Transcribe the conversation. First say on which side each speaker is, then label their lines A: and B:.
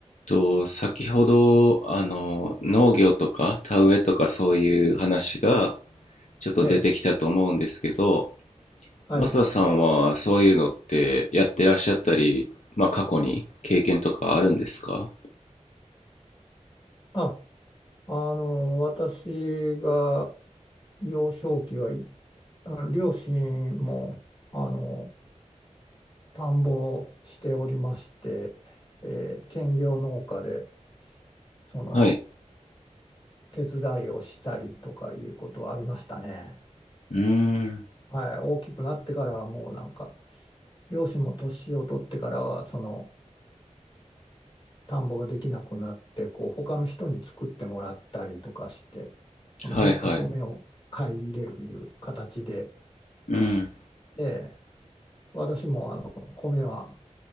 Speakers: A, on the left; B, on the left.
A: と、先ほど、あの、農業とか田植えとかそういう話がちょっと出てきたと思うんですけど、
B: ええ、はい。
A: マサさんはそういうのってやってらっしゃったり、まあ過去に経験とかあるんですか
B: あ、あの、私が幼少期はい、あの両親も、あの、田んぼをしておりまして、えー兼業農家で、その、
A: はい。
B: 手伝いをしたりとかいうことはありましたね。
A: うーん。
B: はい。大きくなってからはもうなんか、両親も年を取ってからは、その、田んぼができなくなってこう他の人に作ってもらったりとかしてそのできた米を買い入れるいう形で、
A: はいはい。うん。
B: で私もあの米は